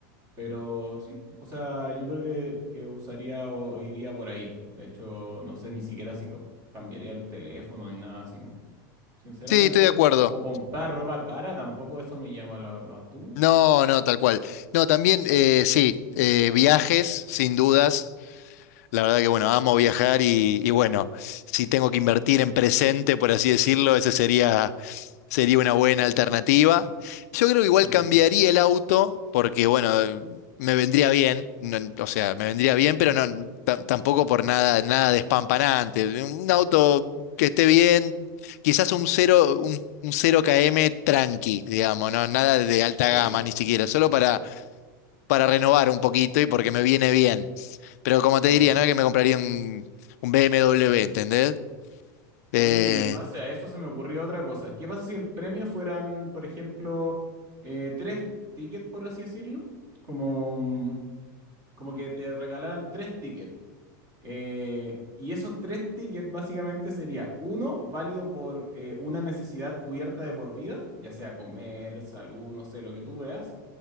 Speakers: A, on the right; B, on the left.
A: Pero sí, o sea, yo creo que, que usaría o iría por ahí. De hecho, no sé ni siquiera si co- cambiaría el teléfono ni nada así como, sinceramente,
B: Sí, estoy de acuerdo.
A: o comprar ropa cara, tampoco eso me llama, la verdad. ¿Tú?
B: No, no, tal cual. No, también, eh, sí, eh, viajes, sin dudas, La verdad que bueno, amo viajar y, y bueno, si tengo que invertir en presente, por así decirlo, esa sería, sería una buena alternativa. Yo creo que igual
A: Sí,
B: cambiaría el auto porque bueno, me vendría bien, no- o sea, me vendría bien, pero no ta- tampoco por nada, nada despampanante. Un auto que esté bien, quizás un cero, un, un 0 km tranqui, digamos, no, nada de alta
A: sí,
B: gama ni siquiera, solo para, para renovar un poquito y porque me viene bien. Pero como
A: claro.
B: te diría, no es que me compraría un, un BMW, ¿entendés? Eh,
A: Oye, y en base a eso se me ocurrió otra cosa. ¿Qué pasa si el premio fueran, por ejemplo, eh, tres tickets, por así decirlo? Como, como que te regalaran tres tickets. Eh, y esos tres tickets básicamente sería uno válido por eh, una necesidad cubierta de por vida, ya sea comer, salud, no sé, lo que tú veas.